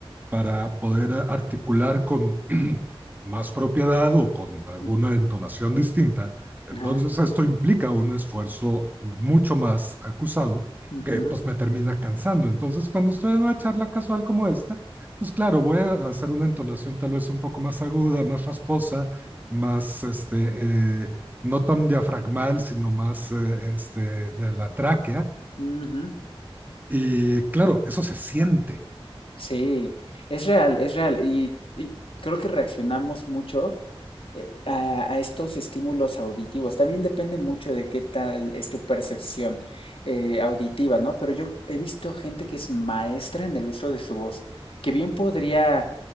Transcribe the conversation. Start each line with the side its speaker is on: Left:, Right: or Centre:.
Right: para poder articular con <clears throat> más propiedad o con alguna
Left: ujú,
Right: entonación distinta. Entonces
Left: ajá,
Right: esto implica un esfuerzo mucho más acusado
Left: ujú,
Right: que pues me termina cansando. Entonces cuando estoy en una charla casual como esta, pues claro, voy a hacer una entonación tal vez un poco más aguda, más rasposa, más este, eh, no tan diafragmal, sino más eh, este, de la tráquea.
Left: ujú.
Right: Y claro, eso se siente,
Left: Sí, es real, es real. Y, y creo que reaccionamos mucho eh, a, a estos estímulos auditivos. También depende mucho de qué tal es tu percepción eh, auditiva, ¿no? Pero yo he visto gente que es maestra en el uso de su voz, que bien podría